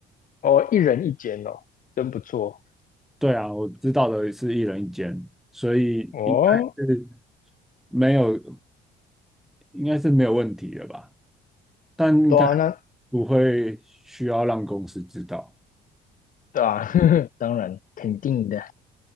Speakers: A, on the left; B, in the centre.
A: 哦，一人一间哦，真不错
B: 对啊，我知道的是一人一间，所以应该是
A: 哦。
B: 没有，应该是没有问题的吧？但应该
A: 对啊，那
B: 不会需要让公司知道。
A: 对啊，<laughs> 当然肯定的，